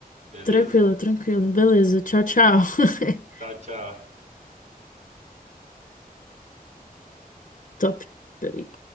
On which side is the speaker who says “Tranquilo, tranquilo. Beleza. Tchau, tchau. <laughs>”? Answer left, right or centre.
Left